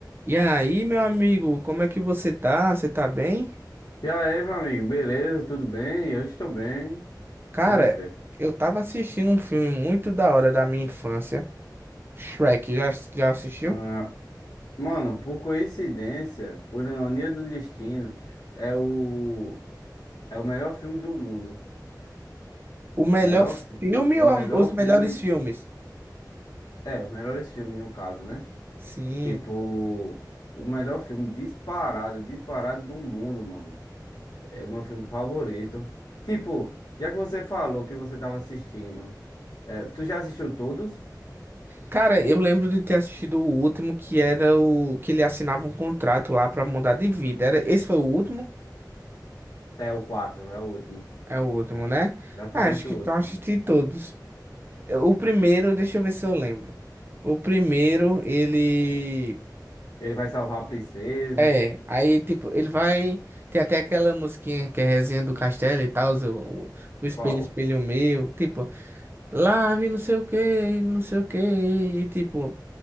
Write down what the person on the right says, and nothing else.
E aí, meu amigo, como é que você tá? Você tá bem?
Cara,
eu tava assistindo um filme muito da hora da minha infância, Shrek, já, já assistiu?
O melhor
filme
ou
a- os melhores
filmes?
Sim.
Cara, eu lembro de ter assistido o último, que era o que ele assinava um contrato lá pra mudar de vida. Era, esse foi o último?
É o último, né?
Ah, acho que
então
assisti todos. Eu- O primeiro, deixa eu ver se eu lembro. O primeiro, ele.
É, aí, tipo, ele vai. Tem até aquela musiquinha que é resenha do castelo e tal, o, o espelho,
espelho meu. Tipo, lave não sei o que, não sei o que. E, tipo,